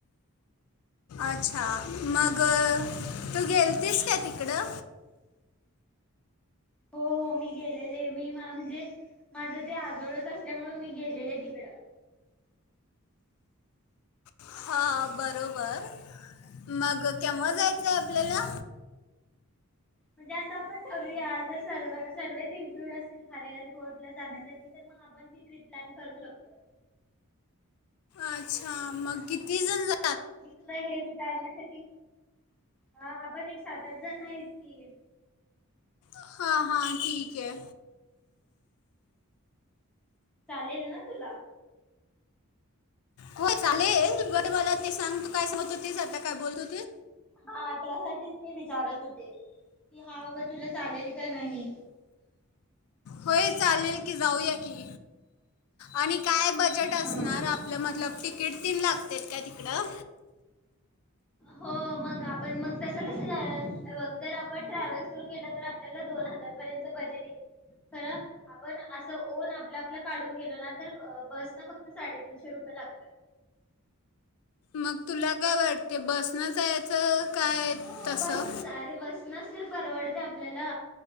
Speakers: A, on the left; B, in the centre.
A: अच्छा मग तू गेलतीस का तिकडं
B: हो हो मी गेलेले मी म्हणजे माझं ते आजोळच असल्यामुळे मी गेलेले तिकडं
A: हा बरोबर मग केव्हा जायचंय आपल्याला
B: म्हणजे असं आपण ठरूया जर स सर्वस इन्क्लूड असतील हरे एरोर्ट ला जाण्यासाठी तर मग आपण ती ट्रिप करू शकतो
A: अच्छा मग किती जण ला
B: मी तुला हे विचारण्यासाठी, हा आपण एक सात आठ जण आहीत की
A: हां हां ठीक आहे
B: चालेल ना तुला
A: होय चालेल बट मला ते सांग तू काय समत होतीस, आता काय बोलतो
B: हा त्यासाठीच मी विचारत होते. की हा बाबा तुला चालेल? काय नाही?
A: होय चालेल की जाऊया की, आणि काय बजेट असणार
B: हा
A: आपल्या मधल तिकी तीन लागतेत काय तिकडं?
B: हो मग आपण मग कस जस जाय हे बघ जर आपण ट्रॅव्हलस करून गेल तर आपल्याला दोन हजार पर्यंतच बजेट येईल, खर आपण असं ओन आपलं आपलं काढून गेलो ना तर बस ना फक्त साडेतीनशे रुपये लागत्यात.
A: मग तुला काय वाटतय बसनं जायचं काय
B: हो
A: तसं
B: बसनच आरे! बस नस तर परवडतय आपल्याला.